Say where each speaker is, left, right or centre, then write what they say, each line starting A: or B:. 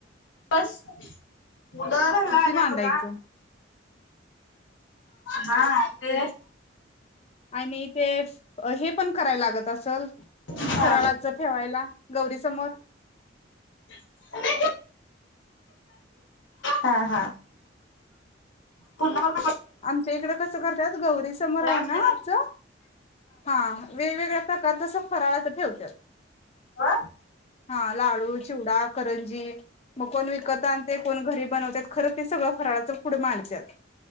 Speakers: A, on the left (about 80°); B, on the left (about 35°).
A: बस <unintelligible> घरला आल्यात
B: ते मांडायचं
A: बघा. हा अं ते
B: आणि ते हे पण कराय लागत असलं
A: हा
B: फराळाच ठेवायला गौरी समोर
A: <inaudible> हा हा पु्हा म.
B: आमच्या इकडं कसं करतत गौरी समोर आहे
A: असल्यामुळे
B: ना असं. हा वेगवेगळ्या प्रकारचस फराळाच ठेवत
A: अ
B: हा लाडू चिवडा, करंजी मग कोण विकत आणि ते कोण घरी बनवतात खरं ते सगळं फराळाचं फूड मारतत.